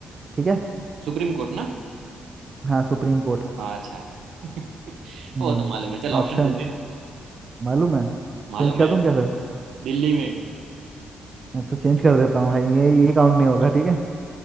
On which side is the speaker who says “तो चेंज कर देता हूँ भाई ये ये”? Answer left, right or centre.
Right